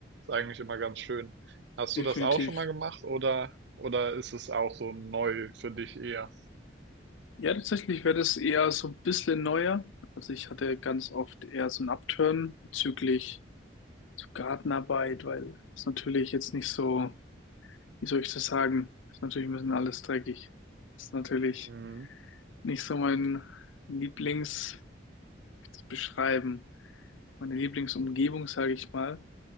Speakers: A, on the right; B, on the left.
A: Ist eigentlich immer ganz schön. Hast
B: definitiv.
A: du das auch schon mal gemacht oder, oder ist es auch so neu für dich eher?
B: Ja, tatsächlich wäre das eher so ein bisschen neuer. Also ich hatte ganz oft eher so ein Upturn bezüglich so Gartenarbeit, weil es natürlich jetzt nicht so, wie soll ich das sagen, ist natürlich ein bisschen alles dreckig. Ist natürlich
A: Mhm.
B: nicht so mein Lieblings wie soll ich das beschreiben, meine Lieblingsumgebung, sage ich mal.